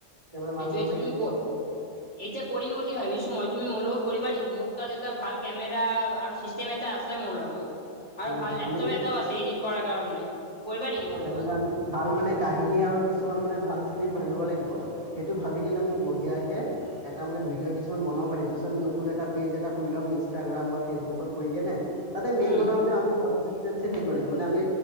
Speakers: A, on the right (about 25°); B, on the left (about 50°).
A: কেমেৰা
B: সেইটোৱে
A: ভাল নহ'লে
B: টো তুমি
A: কেনেকৈ
B: ক
A: <inaudible>
B: এতিয়া কৰিম বুলি ভাবিছো মই তুমি মোৰ লগত কৰিবা নেকি মোৰ তাত এটা ভাল কেমেৰা আৰু ছিছ- ছেম এটা আছে মোৰ লগত আৰু
A: উম,
B: ভাল লেপটপ
A: আমি
B: এটাও আছে ইদিদ কৰাৰ কাৰণে কৰিবা নেকি? মোৰ
A: <unintelligible>
B: লগত
A: ভাল মানে কাহিনী আৰু কিছুমান মানে ভাল স্ক্ৰিপ ভাবিব লাগিব সেইটো ভাবিকেনে আমি বঢ়িয়াকে এটা মানে ভিডিঅ কিছুমান বনাব পাৰিম তাৰপিছত আমি নতুন এটা পেজ এটা খুলি লম ইনষ্টাগ্ৰাম বা ফেচবুকত কৰিকেনে তাতে মেইন
B: উম
A: কথা হল যে আমি কনচেচতেনঞ্চি থাকিব লাগিব মানে আমি